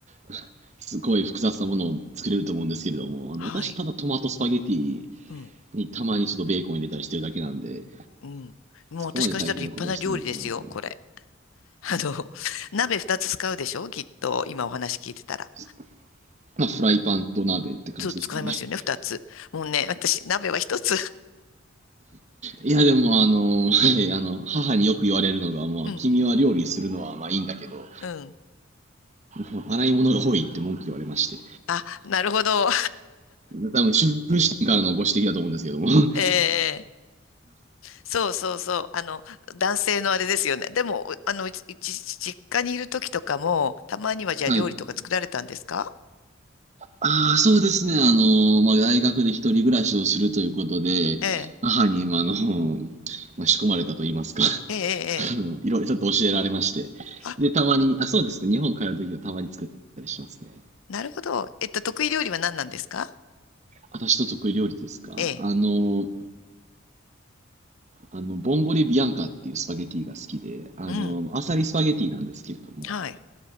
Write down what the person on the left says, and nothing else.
はい。
うん、
うん。もう私からしたら立派な料理ですよ、
これ。<laughs> あの、<laughs> 鍋二つ使うでしょきっと、今お話聞いてたら。
そう、使いますよね、二つ。もうね、私、鍋は一つ。
<laughs> うん、
うん。
あ、なるほど。
<laughs> ええそうそうそう。あの、男性のあれですよね。でも、あの、うち実家にいる時とかも、たまにはじゃあ料理とか作られたんですか
ええ、
ええ、ええ。
ええあ、
なるほど。えっと、得意料理は何なんですか
ええ、
うん、
はい。